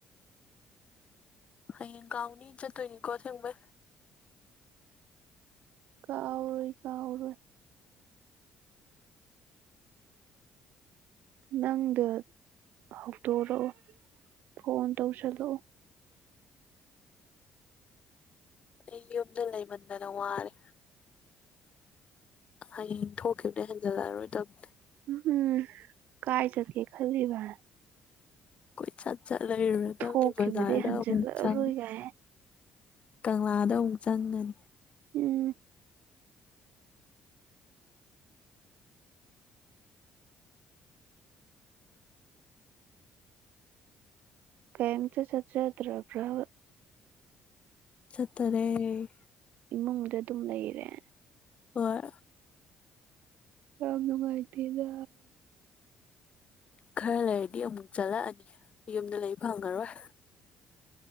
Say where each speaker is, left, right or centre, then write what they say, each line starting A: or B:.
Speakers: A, on the left (about 45°); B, on the right (about 75°).
A: ꯑꯌꯦꯒꯥꯎꯅꯤ ꯆꯠꯇꯣꯏꯅꯤ ꯀꯣ ꯊꯦꯡꯕ
B: ꯀꯥꯎꯔꯣꯏ ꯀꯥꯎꯔꯣꯏ
A: <unintelligible>
B: ꯅꯪꯗ ꯍꯧꯗꯣꯔꯛꯑꯣ ꯐꯣꯟ ꯇꯧꯁꯗꯣ
A: ꯑꯩ ꯌꯨꯝꯗ ꯂꯩꯃꯟꯗꯅ ꯋꯥꯔꯦ ꯍꯌꯦꯡ ꯊꯣꯛꯈꯤꯕꯅꯦ ꯍꯟꯖꯤꯜꯂꯛꯑꯔꯣꯏꯗꯕ
B: ꯎꯝ ꯀꯥꯏ ꯆꯠꯀꯦ ꯈꯜꯔꯤꯕꯥꯏ
A: ꯀꯣꯏ ꯆ ꯆ ꯂꯩꯔꯗ
B: ꯊꯣꯛꯈꯤꯕꯗꯩ
A: ꯖꯥꯗ
B: ꯍꯟꯖꯜꯂꯛꯑꯔꯣꯏ
A: ꯃ ꯆ
B: ꯒꯥꯏ
A: ꯀꯪꯂꯥꯗ ꯑꯃꯨꯛ ꯆꯪꯉꯅꯤ
B: ꯎꯝ ꯀꯥꯏꯝ ꯆ ꯆꯆꯗ꯭ꯔꯕ꯭ꯔꯕ
A: ꯆꯠꯇꯔꯦ
B: ꯏꯃꯨꯡꯗ ꯑꯗꯨꯝ ꯂꯩꯔꯦ
A: ꯍꯣꯏ
B: ꯀꯅꯅꯨꯡꯉꯥꯏꯇꯤꯗ
A: ꯈꯔ ꯂꯩꯔꯗꯤ ꯑꯃꯨꯛ ꯆꯠꯂꯛꯑꯅꯤ ꯌꯨꯝꯗ ꯂꯩꯕ ꯐꯪꯉꯔꯣꯏ